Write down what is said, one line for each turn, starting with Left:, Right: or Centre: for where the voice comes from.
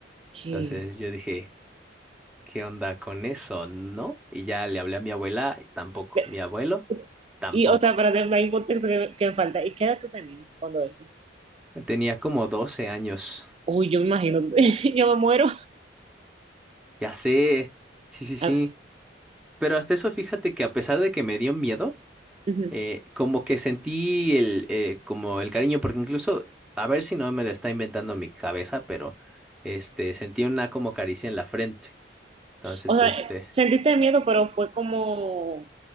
Right: ¿Qué?
Centre: Entonces yo dije, ¿qué onda con eso? ¿No? Y ya le hablé a mi abuela, y tampoco,
Right: De-
Centre: mi abuelo, tampoco.
Right: Y, o sea, para tener un contexto que, que me falta, ¿y qué edad tú tenías cuando eso?
Centre: Tenía como 12 años,
Right: Uy, yo me imagino, <laughs> yo me muero.
Centre: ya sé, sí, sí, sí.
Right: Ah,
Centre: Pero hasta eso, fíjate que a pesar de que me dio miedo,
Right: ujú.
Centre: eh, como que sentí el, eh, como el cariño, porque incluso, a ver si no me lo está inventando mi cabeza, pero, este, sentí una como caricia en la frente. Entonces,
Right: O sea,
Centre: este,
Right: sentiste miedo, pero fue como,